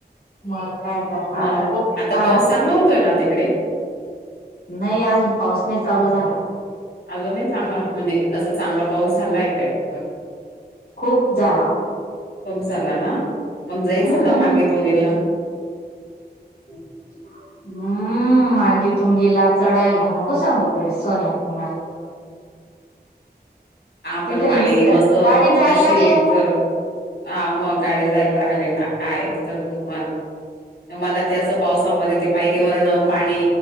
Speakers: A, on the left; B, on the left.
A: मग काय करता
B: मग
A: आता खूप
B: आता पाऊस चांगला होतोय ना तिकडे?
A: नाही अजून पाऊस नाही चालू झाला.
B: अजूनही चांगला म्हणजे असा चांगला पाऊस झालाय का एकतर?
A: खूप झाला
B: कमी झाला ना मग जायचं
A: हम्म
B: का मागे गला <unintelligible>
A: हम्म मांगे तुंगीला चढायला नको कस सांगू गडे सोन्यात माला
B: आपण
A: तिथं
B: पाणी
A: लिफ्ट
B: मस्त
A: गाडी जायला
B: अशी
A: लागली
B: एक हा मग गाडी जायला लागली ना काय. तर तूपण मला ते असं पावसामध्ये ते पायरी वरन पाणी